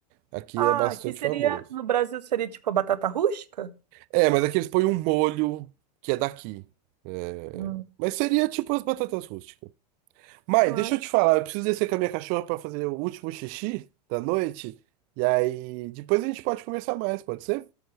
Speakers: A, on the right; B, on the right.
A: Aqui
B: ah,
A: é bastante
B: que seria,
A: famoso.
B: no Brasil seria tipo a batata rústica?
A: É, mas aqui eles põem um molho que é daqui. É,
B: Hum.
A: mas seria tipo as batatas rústicas. Mai,
B: Ai,
A: deixa eu te falar, eu preciso descer com a minha cachorra para fazer o último xixi da noite. E aí, depois a gente pode conversar mais, pode ser?